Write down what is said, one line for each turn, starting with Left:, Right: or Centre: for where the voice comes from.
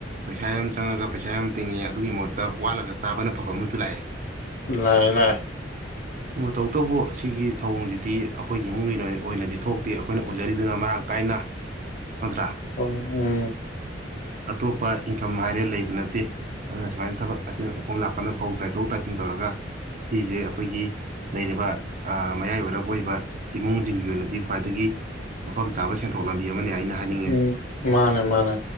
Right: ꯄꯩꯁꯥ ꯌꯥꯝ ꯆꯪꯉꯒ ꯄꯩꯁꯥ ꯌꯥꯝ ꯇꯤꯡꯉꯦ ꯑꯗꯨꯒꯤ ꯃꯍꯨꯠꯇ ꯋꯥꯠꯂꯒ ꯆꯥꯕꯅ ꯐꯕ ꯑꯃꯖꯨ ꯂꯥꯛꯑꯦ
Left: ꯂꯥꯑꯦ ꯂꯥꯑꯦ
Right: ꯃꯇꯧꯇꯕꯨ ꯑꯁꯤꯒꯤ ꯊꯧꯑꯣꯡꯖꯤꯗꯤ ꯑꯈꯣꯏꯒꯤ ꯏꯃꯨꯡ ꯃꯤꯂꯣꯏ ꯑꯣꯏꯅꯗꯤ ꯊꯣꯛꯇꯦ ꯑꯈꯣꯏꯅ ꯎꯖꯔꯤꯗꯨꯅ ꯃꯔꯥꯡ ꯀꯥꯏꯅ ꯅꯠꯇ꯭ꯔꯥ
Left: ꯑꯣ ꯎꯝ <inaudible>
Right: ꯑꯇꯣꯞꯄ ꯏꯟꯀꯝ ꯍꯥꯏꯔꯦ ꯂꯩꯕ ꯅꯠꯇꯦ ꯑꯗꯨꯅ ꯁꯨꯃꯥꯏ ꯊꯕꯛ ꯑꯆꯤꯟ ꯑꯀꯣꯝ ꯂꯥꯛꯀꯥꯟꯗ ꯐꯧ ꯇꯥꯏꯊꯣꯛ ꯇꯥꯏꯁꯤꯟ ꯇꯧꯔꯒ ꯁꯤꯁꯦ ꯑꯩꯈꯣꯏꯒꯤ ꯂꯩꯔꯤꯕ ꯃꯌꯥꯏ ꯑꯣꯏꯔꯞ ꯑꯣꯏꯕ ꯏꯃꯨꯡꯁꯤꯡꯒꯤ ꯑꯣꯏꯅꯗꯤ ꯈ꯭ꯋꯥꯏꯗꯒꯤ ꯃꯐꯝ ꯆꯥꯕ ꯁꯦꯟꯊꯣꯛ ꯂꯝꯕꯤ ꯑꯃꯅꯤ ꯑꯩꯅ ꯍꯥꯏꯅꯤꯡꯉꯦ
Left: ꯎꯝ ꯃꯥꯅꯦ ꯃꯥꯅꯦ